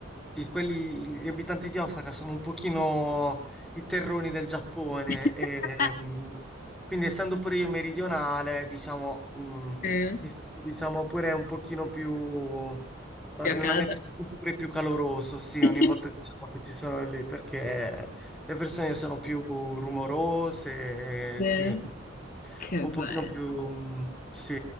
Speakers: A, in the centre; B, on the left.
A: i- quelli- gli abitanti di Osaka sono un pochino i terroni del Giappone
B: <laughs>
A: e mm, quindi essendo pure io meridionale, diciamo, mm,
B: Eh,
A: mi sento diciamo pure un pochino più eh,
B: Qui a
A: in un
B: casa.
A: ambiente pure più caloroso, sì, ogni
B: <laughs>
A: volta diciamo che ci sono lì perché le persone sono più rumorose,
B: Eh,
A: eh, sì,
B: Che
A: un
B: bello.
A: pochino più mm, sì,